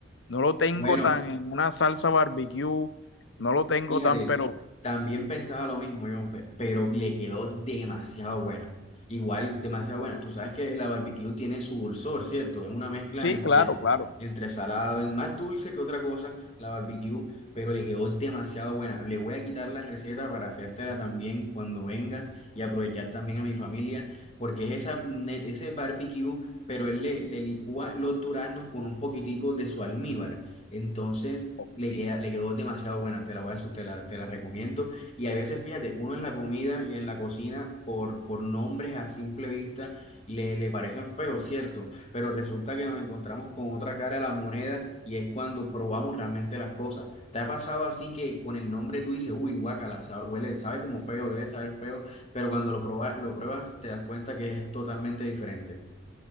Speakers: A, on the left; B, on the left.
A: No lo tengo
B: Bueno,
A: tan en una salsa barbecue, no lo tengo
B: Fíjate,
A: tan, pero
B: también pensaba lo mismo, Jonfer, pero le quedó demasiado buena. Igual, demasiado buena. Tú sabes que la barbecue tiene su dulzor, ¿cierto? Es una mezcla
A: sí,
B: entre,
A: claro, claro.
B: entre salado, es más dulce que otra cosa, la barbecue, pero le quedó demasiado buena. Le voy a quitar la receta para hacértela también cuando venga y aprovechar también a mi familia, porque es esa, net- ese barbecue, pero él le, le licúa los duraznos con un poquitico de su almíbar. Entonces
A: ok.
B: le queda, le quedó demasiado buena, te la voy a, su- te la, te la recomiendo. Y a veces, fíjate, uno en la comida y en la cocina, por, por nombres a simple vista, le, le parecen feos, ¿cierto? Pero resulta que nos encontramos con otra cara a la moneda y es cuando probamos realmente las cosas. ¿Te ha pasado así que con el nombre tú dices, uy, guácala, sabe, huele, sabe como feo, debe saber feo, pero cuando lo proba lo pruebas te das cuenta que es totalmente diferente?